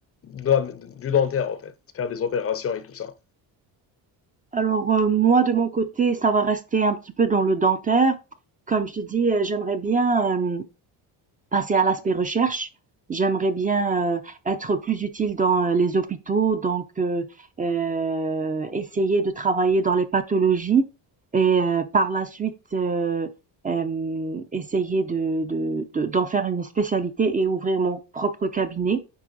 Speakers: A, on the left (about 30°); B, on the right (about 20°).
A: de la- du dentaire, en fait, faire des opérations et tout ça?
B: Alors euh, moi de mon côté, ça va rester un petit peu dans le dentaire. Comme je te dis, euh, j'aimerais bien euh, passer à l'aspect recherche. J'aimerais bien euh, être plus utile dans euh, les hôpitaux, donc euh, euh, essayer de travailler dans les pathologies et euh, par la suite euh, euh, essayer de, de, de- d'en faire une spécialité et ouvrir mon propre cabinet.